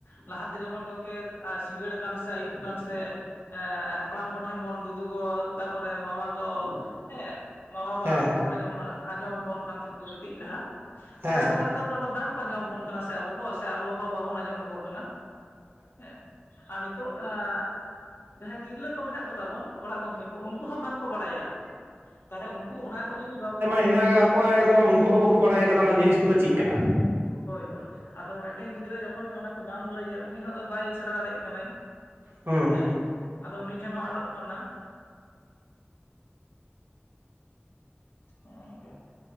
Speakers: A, on the left (about 65°); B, on the right (about 65°).
A: ᱞᱟᱦᱟᱛᱮ ᱡᱮᱢᱚᱱ ᱜᱚᱝᱠᱮ ᱥᱤᱝᱜᱟᱲ ᱟᱠᱟᱱ ᱥᱮ ᱟᱹᱭᱩᱵ ᱟᱠᱟᱱ ᱥᱮ ᱮᱸ ᱦᱟᱯᱲᱟᱢ ᱠᱚᱴᱷᱮᱱ ᱵᱚᱱ ᱫᱩᱫᱩᱜᱚ ᱛᱟᱨ ᱯᱚᱨᱮ ᱢᱟᱢᱟ ᱜᱚ ᱦᱮᱸ ᱢᱟᱢᱟ ᱵᱟ
B: ᱦᱮᱸ
A: ᱩᱱᱠᱩ ᱠᱚᱴᱮᱱ ᱡᱮᱢᱚᱱ ᱟᱸᱡᱚᱢ ᱟᱵᱚᱱ ᱠᱟᱱ ᱛᱟᱦᱮᱸ ᱠᱚ ᱜᱤᱛᱤᱡ ᱞᱟᱦᱟ
B: ᱦᱮᱸ
A: ᱚᱱᱟ ᱠᱚᱫᱚ ᱱᱮᱛᱟᱨ ᱫᱚ ᱟᱫᱚ ᱵᱟᱝᱠᱚ ᱟᱸᱡᱚᱢ ᱟᱵᱚᱱ ᱠᱟᱱᱟ ᱾ ᱛᱮ ᱟᱵᱚ ᱦᱚᱸ ᱥᱮ ᱟᱵᱚ ᱦᱚᱸ ᱵᱟᱵᱚᱱ ᱟᱸᱡᱚᱢ ᱟᱠᱚ ᱠᱟᱱᱟ ᱾ ᱦᱮᱸ ᱟᱨ ᱱᱤᱛᱚᱜ <inaudible> ᱡᱟᱦᱟᱸᱭ ᱛᱤᱨᱞᱟᱹ ᱠᱚ ᱢᱮᱱᱟᱜ ᱠᱚᱛᱟ ᱵᱚᱱ ᱚᱲᱟᱜ ᱜᱚᱝᱠᱮ ᱠᱚ ᱩᱱᱠᱩ ᱦᱚᱸ ᱵᱟᱝᱠᱚ ᱵᱟᱲᱟᱭᱟ ᱾ ᱛᱟᱞᱦᱮ ᱩᱱᱠᱩ ᱚᱱᱟ ᱠᱚ ᱡᱩᱫᱤ
B: ᱦᱮᱫᱟ ᱜᱟ ᱠᱚᱣᱟ ᱮᱠᱫᱚᱢ ᱩᱱᱠᱩ ᱦᱚᱸ ᱵᱟᱠᱚ ᱵᱟᱲᱟᱭ ᱠᱟᱫᱟ ᱚᱱᱟ ᱡᱤᱱᱤᱥ ᱠᱚᱫᱚ ᱪᱤᱜ ᱠᱟᱱᱟ?
A: ᱦᱳᱭ ᱦᱳᱭ ᱟᱫᱚ ᱢᱤᱫᱴᱮᱱ ᱜᱤᱫᱽᱨᱟᱹ ᱡᱚᱠᱷᱚᱱ ᱜᱮ ᱚᱱᱟ ᱠᱚ ᱵᱟᱢ ᱞᱟᱹᱭᱟ ᱩᱱᱤ ᱦᱚᱸ ᱵᱟᱭ ᱥᱮᱬᱟ ᱫᱟᱲᱮᱜ ᱠᱟᱱᱟᱭ ᱾
B: ᱦᱩᱸ
A: ᱦᱮᱸ ᱟᱫᱚ ᱩᱱᱤ ᱴᱷᱮᱱ ᱦᱚᱸ ᱟᱰᱚᱜ ᱠᱟᱱᱟ <inaudible> ᱦᱚᱜᱼᱚᱝᱠᱟ